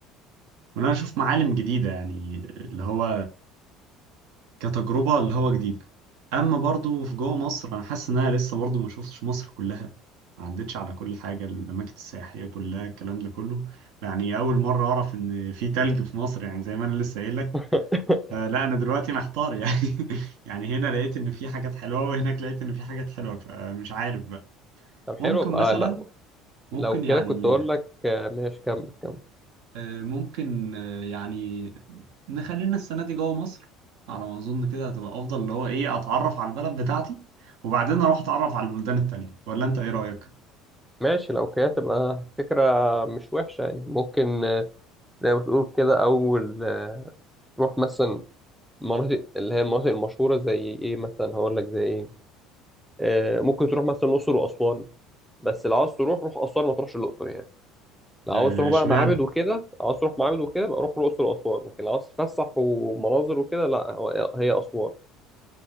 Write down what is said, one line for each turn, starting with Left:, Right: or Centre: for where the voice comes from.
Right: وان انا اشوف معالم جديدة يعني اللي هو كتجربة اللي هو جديدة اما برضو في جوه مصر انا حاسس ان انا لسه برضو ما شفتش مصر كلها ما عدتش على كل حاجة الأماكن السياحية كلها الكلام ده كله يعني أول مرة أعرف إن في تلج في مصر يعني زي ما أنا لسه قايل لك
Centre: <laughs>
Right: فلا انا دلوقتي محتار يعني <laughs> يعني هنا لقيت ان في حاجات حلوه وهناك لقيت ان في حاجات حلوه فمش عارف بقى
Centre: طب حلو
Right: ممكن
Centre: يبقى
Right: مثلا
Centre: لو
Right: ممكن
Centre: لو كده
Right: يعني
Centre: كنت اقول لك آه، ماشي كمل كمل
Right: آه، ممكن آه، يعني نخلينا السنه دي جوه مصر على ما اظن كده هتبقى افضل اللي هو ايه اتعرف على البلد بتاعتي وبعدين اروح اتعرف على البلدان التانية ولا انت ايه رايك
Centre: ماشي لو كده تبقى فكرة مش وحشة يعني ممكن آه، زي ما تقول كده أول آه، تروح مثلا مناطق اللي هي المناطق المشهورة زي إيه مثلا هقول لك زي إيه آه، ممكن تروح مثلا الأقصر وأسوان بس لو عاوز تروح روح أسوان ما تروحش الأقصر يعني لو
Right: آه،
Centre: عاوز تروح
Right: اشمعنى
Centre: بقى معابد وكده لو عاوز تروح معابد وكده بقى روح الأقصر وأسوان لكن لو عاوز تتفسح ومناظر وكده لا هو- هي أسوان